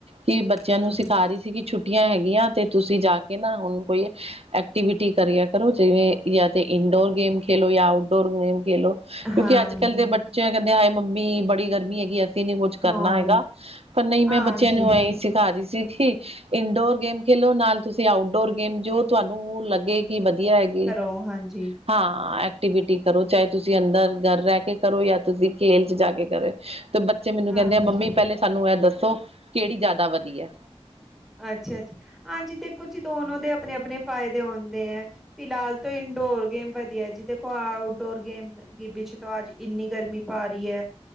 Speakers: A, on the right (about 70°); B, in the centre.
A: ਇਹੀ ਬੱਚਿਆਂ
B: ਹਾਂਜੀ,
A: ਨੂੰ ਸਿਖਾ ਰਹੀ ਸੀ, ਕਿ ਛੁੱਟੀਆਂ ਹੈਗੀਆਂ। ਤੇ ਤੁਸੀ ਜਾ ਕੇ ਨਾ ਓਹਨਾਂ ਕੋਲੇ ਐਕਟੀਵਿਟੀ ਕਰੀਆ ਕਰੋ, ਜਿਵੇਂ ਯਾਂ ਤੇ ਇੰਡੋਰ ਗੇਮ ਖੇਲੋ ਯਾ ਆਊਟਡੋਰ ਗੇਮ ਖੇਲੋ। ਕਿਉਂਕਿ
B: ਹਾਂਜੀ,
A: ਅੱਜ ਕੱਲ ਦੇ ਬ ਚੇ ਕਹਿੰਦੇ, ਹਾਏ ਮੰਮੀ ਬੜੀ ਗਰਮੀ ਹੈਗੀ ਐ। ਨਹੀਂ ਕੁੱਛ ਕਰਨਾ
B: ਹਾਂ
A: ਹੈਗਾ ਪਰ ਨਹੀਂ ਮੈਂ
B: ਹਾਂਜੀ
A: ਬੱਚਿਆਂ ਨੂੰ ਇਹੀ ਸਿਖਾ ਰਹੀ ਸੀ ਕਿ ਇਨਡੋਰ ਗੇਮ ਖੇਲੋ ਨਾਲ ਤੁਸੀਂ ਆਊਟਡੋਰ ਗੇਮ ਜੋ ਤੁਹਾਨੂੰ ਲੱਗੇ ਕਿ ਵਧੀਆ ਹੈਗੇ।
B: ਓ ਹਾਂਜੀ।
A: ਹਾਂ ਐਕਟੀਵਿਟੀ ਕਰੋ ਚਾਹੇ ਤੁਸੀਂ ਅੰਦਰ ਘਰ ਰਹਿ ਕੇ ਕਰੋ ਜਾਂ ਤੁਸੀਂ ਖੇਲ ਚ ਜਾ ਕੇ ਕਰੋ। ਤੇ ਬੱਚੇ ਮੈਨੂੰ
B: ਹਾਂਜੀ
A: ਕਹਿੰਦੇ ਆ ਮੰਮੀ ਪਹਿਲੇ ਸਾਨੂੰ ਇਹ ਦੱਸੋ ਕਿਹੜੀ ਜ਼ਿਆਦਾ ਵਧੀਆ ਏ
B: ਅੱਛਾ ਅੱਛਾ ਹਾਂਜੀ ਦੇਖੋ ਜੀ ਦੋਨੋ ਦੇ ਆਪਣੇ ਆਪਣੇ ਫਾਇਦੇ ਹੁੰਦੇ ਆ। ਫਿਲਹਾਲ ਤੋਂ ਇੰਡੋਰ ਗੇਮ ਵਧੀਆ ਜੀ ਦੇਖੋ ਆਊਟਡੋਰ ਗੇਮ ਬੀ ਚ ਤਾਂ ਅੱਜ ਇੰਨੀ ਗਰਮੀ ਪਾ ਰਹੀ ਹੈ